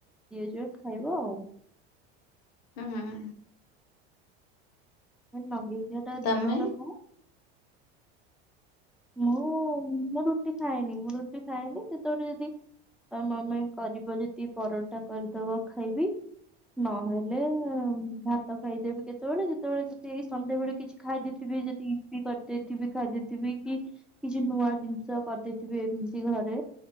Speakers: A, in the centre; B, on the left.
A: ଯିଏ ଜା ଖାଇବ ଆଉ।
B: ହୁଁ ହୁଁ ହୁଁ।
A: ମ ନଗେଇକି ଟା
B: ତମେ
A: ଦିନର ଥାଏ। ମୁଁ ମୁଁ ରୁଟି ଖାଏନି ମୁଁ ରୁଟି ଖାଏନି ସେତେବେଳେ ଯଦି ତ ମାମି କରିବ ଯଦି ପରଟା କରିଦବ ଖାଇବି ନହେ ଲେ ଭା ତ ଖାଇଦେବି କେତେବେଳେ ଯେତେବେଳେ ଯଦି ଏଇ ସନ୍ଧ୍ୟାବେଳେ କିଛି ଖାଇଦେଇଥିବି ଯଦି ଇିପି କରିଦେଇଥିବି ଖାଇ ଦେଇଥିବି କି କିଛି ନୂଆ ଜିନିଷ କରିଦେଇଥିବେ ଏମିତି ଘରେ